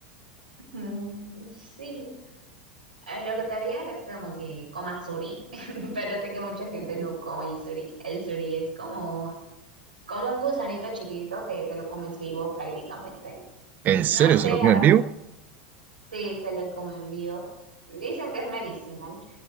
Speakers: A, on the right; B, on the right.
A: Mm, Sí, Eh, lo que te haría es como que comas suri, <laughs> pero sé que mucha gente no come el suri. El suri es como, como un gusanito chiquitito que te lo comes vivo prácticamente.
B: ¿En
A: No
B: serio
A: sé,
B: se lo
A: la
B: comen
A: verdad,
B: vivo?
A: sí se lo comen vivo. Dicen que es medicinal,